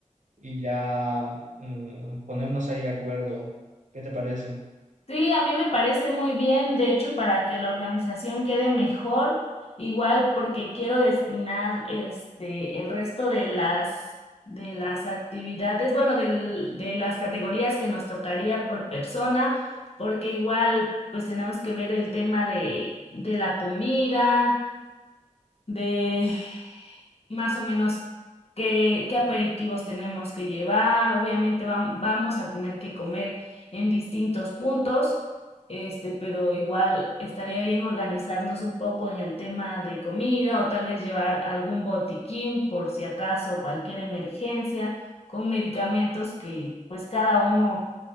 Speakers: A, on the right (about 65°); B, on the left (about 50°).
A: y ya mm, ponernos ahí de acuerdo. ¿Qué te parece?
B: Sí, a mí me parece muy bien, de hecho, para que la organización quede mejor, igual porque quiero destinar este el resto de las de las actividades, bueno, del- de las categorías que nos tocaría por persona, porque igual pues tenemos que ver el tema de de la comida, de más o menos qué, qué aperitivos tenemos que llevar. Obviamente vam- vamos a tener que comer en distintos puntos, este, pero igual estaría bien organizarnos un poco en el tema de comida o tal vez llevar algún botiquín por si acaso cualquier emergencia con medicamentos que pues cada uno